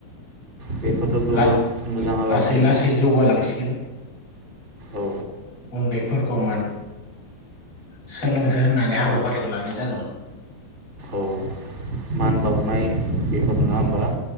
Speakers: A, on the right; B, on the left.
A: बेफोरथ' गोबां
B: ला
A: मोजां हाबाफारि
B: लासै लासै जौगालांसिगोन
A: औ
B: उन्दै फोरखौ मान सोलों होननानै हाबाफारिखौ
A: औ
B: लानाय जादोंमोन
A: औ मान बावनाय बेफोर नङा होमबा